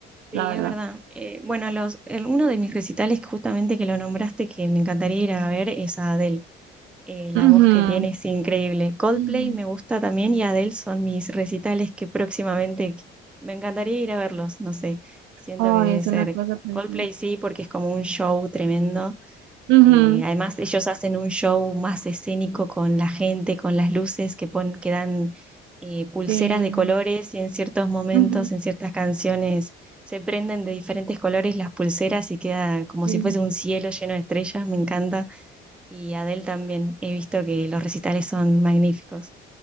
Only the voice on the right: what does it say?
la verdad.
Ujú.
Mm.
Ay,
es
una cosa preciosa.
Ujú,
sí,
ujú,
sí,